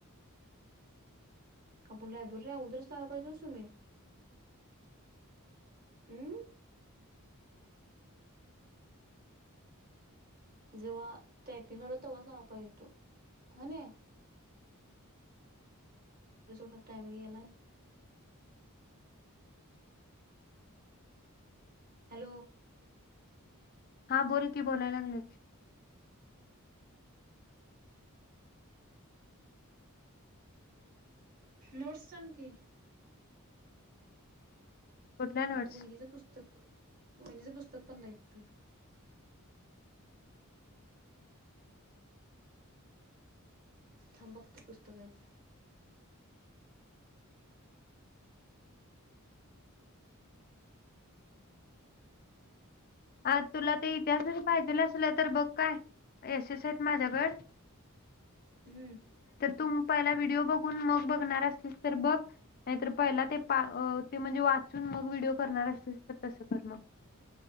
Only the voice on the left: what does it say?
हा बोल की बोलायला लागल
कुठल्या नोट्स
आ तुला ते इतिहास पाहिजे असल तर बघ काय एस एस आहेत माझ्याकड
तुम पहिला व्हिडिओ बघून मग बघणार असलीस तर बघ नाहीतर पहिला ते पा ते म्हणजे वाचून मग व्हडिओ करणार असस तर तस कर मग